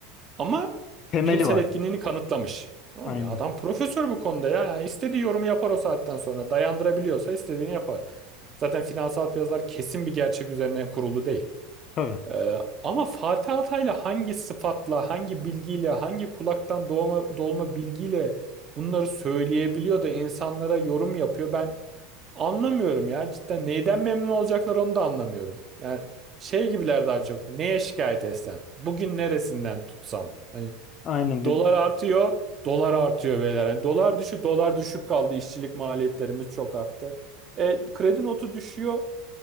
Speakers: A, on the right; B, on the left.
A: ama
B: Temeli
A: bilimsel
B: var.
A: etkinliğini kanıtlamış. Tamam
B: Aynen.
A: ya adam profesör bu konuda ya yani istediği yorumu yapar o saatten sonra dayandırabiliyorsa istediğini yapar. Zaten finansal piyasalar kesin bir gerçek üzerine kurulu değil.
B: Tabii.
A: Ee, ama Fatih Altaylı hangi sıfatla, hangi bilgiyle, hangi kulaktan doğma, dolma bilgiyle bunları söyleyebiliyor da insanlara yorum yapıyor. Ben anlamıyorum ya cidden neyden memnun olacaklar onu da anlamıyorum. Yani şey gibiler daha çok neye şikayet etsem, bugün neresinden tutsam. Hani
B: Aynen. Bir,
A: dolar artıyor, dolar artıyor beyler. Hani dolar düşü, dolar düşük kaldı, İşçilik maliyetlerimiz çok arttı. E, kredi notu düşüyor.